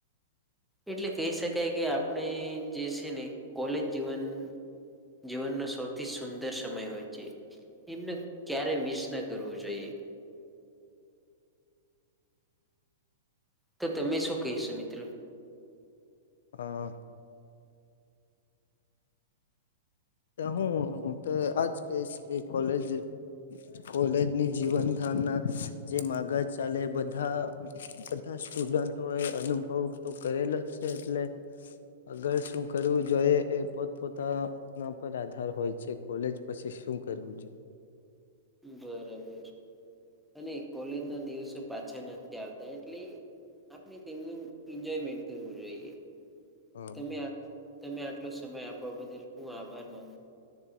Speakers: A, in the centre; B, on the left (about 70°).
A: એટલે કહી શકાય કે આપણે જે છે ને કોલેજ જીવન જીવનનો સૌથી સુંદર સમય હોય છે એમને ક્યારે મિસ ના કરવું જોઈએ તો તમે છું કહેશો મિત્રો
B: હા હું હું તો આજ કહીશ કે કોલેજ કોલેજની જીવન ધાર ના જે માગજ ચાલેબધા સ્ટુડન્ટો એ અનુભવ તો કરેલ જ છે એટલે અગળ શું કરવું જોઈએ એ પોત પોતા પર આધાર હોય છે કોલેજ પછી શું કરવું જોઈએ
A: બરાબર અને કોલેજ ના દિવસો પાછા નથી આવતા એટલે આપણે તેમનું એન્જોયમેન્ટ કરવું જોઈએ
B: હમ
A: ત તમે આટલો સમય આપવા બદલ શું આભાર માનો